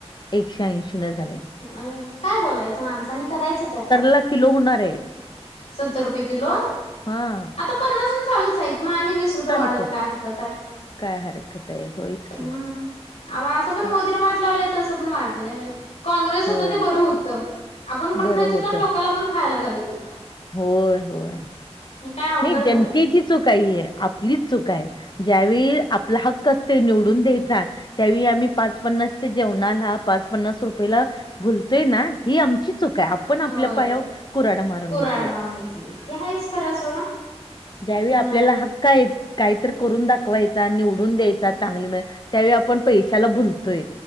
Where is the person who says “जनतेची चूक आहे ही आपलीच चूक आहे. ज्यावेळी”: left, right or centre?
Left